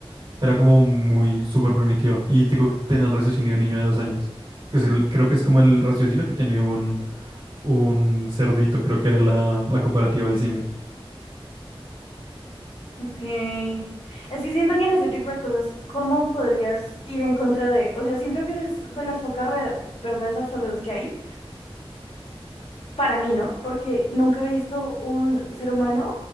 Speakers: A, on the right; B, on the left.
A: Era como muy súper primitiva. Y digo, que tenía el raciocinio de un niño de dos años. Que es el- creo que es como el raciocinio que tiene un, un cerdito, creo que era la, la comparativa del símil.
B: Ok. Es que siento que en ese tipo de cosas, ¿cómo podrías ir en contra de...? O sea, siento que es de las pocas re- verdades absolutas que hay. Para mí, ¿no? Porque nunca he visto un ser humano